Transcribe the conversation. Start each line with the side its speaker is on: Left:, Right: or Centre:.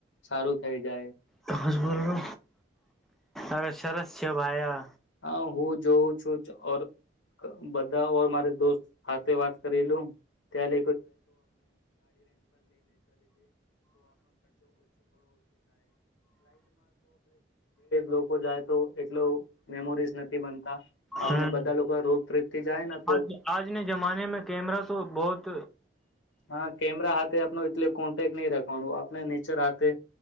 Left: સારું થઈ જાય
Centre: તમેજ બોલો અરે સરસ છે ભાઈ
Left: આ હું જોઉં છું ઓર બધા ઓર મારે દોસ્ત સાથે વાત કરીલું ત્યાં લોકો જા મેમોરીઝ નથી બનતા આપણે
Centre: હમ
Left: બધા લોકો રોડ ટ્રીપ થી જાય ને તો
Centre: આજ આજને જમાને મે કેમરા તો બોહત
Left: હા કેમરા હાથે આપનો એતલે કોન્ટેક નહી રાખવાનું આપણે નેચર હાથે